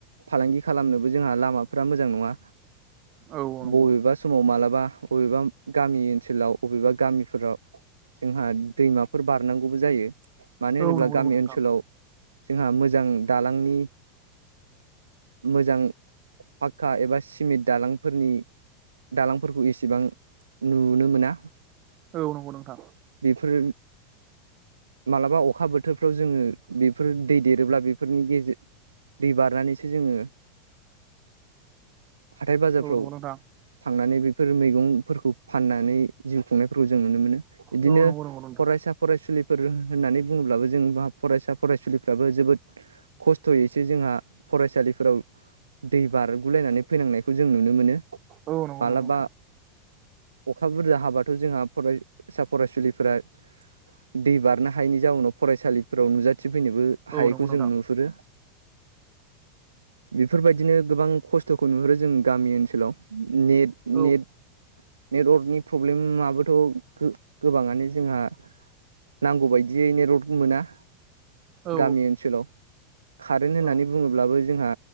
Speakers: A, on the right; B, on the right.
A: फालांगि खालामनोबो जोंहा लामाफ्रा मोजां नङा।
B: औ औ नंगौ
A: बबेबा समाव मालाबा अ'बेबा गामि ओनसोलाव अ'बेबा गामि फोराव जोंहा दैमाफोर बारनांगौबो जायो। मानो होनोब्ला
B: औ नंगौ
A: गामि
B: नंगौ नोंथां
A: ओनसोलाव जोंहा मोजां दालांनि मोजां पाक्का एबा सिमेन्ट दालांफोरनि दालांफोरखौ एसेबां नुनो मोना।
B: औ नंगौ नोंथां।
A: बेफोर मालाबा अ'खा बोथोरफ्राव जोङो बेफोर दै देरोब्ला बेफोरनि गेजेर दै बारनानैसो जोङो हाथाय बाजारफ्राव
B: औ नंगौ नोंथां
A: थांनानै बे फोर' मैगंफोरखौ फाननानै जि फोरखौ जों नुनो मोनो बिदिनो
B: औ नंगौ नंगौ नोंथां
A: फरायसा फरायसुलिफोर होननानै बुङोब्लाबो जों बा फरायसा फरायसुलिफ्राबो जोबोद खस्थ'यैसो जोंहा फरायसालिफोराव दै बारगुलायनानै फैनांनायखौ जों नु नुनो मोनो
B: औ नंगौ
A: मालाबा
B: नंगौ नोंथां
A: अ'खा बुरजा हाबा जोंहा फरायसा फरायसुलिफोरा दै बारनो हायैनि जाउनाव फरायसालिफोराव नुजा थिफैनोबो हायैखौ
B: औ नंगौ नोंथां
A: जों नुहुरो बेफोरबायदिनो गोबां खस्थ' थखौ नुहरो जों गामि ओनसो हेल'। नेट
B: औ
A: नेट नेटवार्कनि प्रब्लेम माबो थ' गो-गोबाङानो जोंहा नांगौबायदियै नेटवर्क मोना।
B: औ
A: गामि ओनसोलाव कारेन्ट होननानै
B: औ
A: बुङोब्लाबो जोंहा